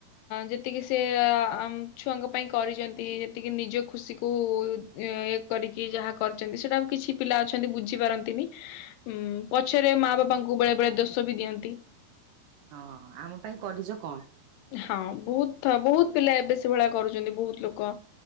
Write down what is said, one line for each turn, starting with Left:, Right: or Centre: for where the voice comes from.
Left: ଯେତିକି ସେ ଆମ ପାଇଁ କରିଛନ୍ତି ଯେତିକି ନିଜ ଖୁସିକୁ ଇ କରିକି ଯାହା କରିଛନ୍ତି ସେଟା ଆ କିଛି ପିଲା ଅଛନ୍ତି ବୁଝି ପାରନ୍ତିନି ଉଁ ପଛରେ ମା ବାପାଙ୍କୁ ବେଳେ ବେଳେ ଦୋଷ ବି ଦିଅନ୍ତି।
Right: ହଁ ଆମ ପାଇଁ କରି କଣ?
Left: ହଁ ବୋହୁତ ବୋହୁତ ପିଲା ଏବେ ସେ ଭଳିଆ କରୁଚନ୍ତି ବୋହୁତ ଲୋକ।